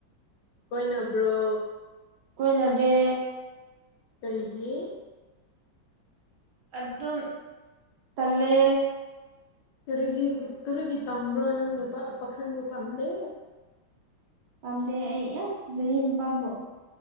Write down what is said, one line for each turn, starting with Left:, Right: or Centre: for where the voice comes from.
Left: ꯀꯣꯏ ꯅꯕ꯭ꯔꯣ
Right: ꯀꯈꯣꯏꯅꯗꯦ
Left: ꯀꯔꯤꯒꯤ
Right: ꯑꯗꯨꯝ ꯇꯂꯦ
Left: ꯀꯔꯤꯒꯤ ꯀꯔꯤꯒꯤ ꯇꯥꯎꯕ꯭ꯔꯣ ꯅꯪ ꯅꯨꯄꯥ ꯄꯥꯈꯟꯕꯨ ꯄꯥꯝꯗꯦ
Right: ꯈꯗꯦ ꯑꯩ ꯌꯥꯝ ꯐꯖꯩ ꯅꯨꯄꯥꯕꯨ